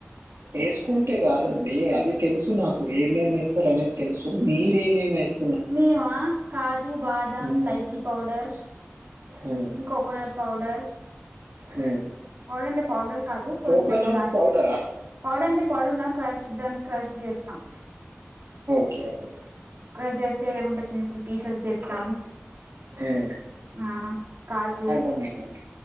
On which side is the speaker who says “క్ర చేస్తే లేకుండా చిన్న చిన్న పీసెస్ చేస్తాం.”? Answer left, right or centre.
Right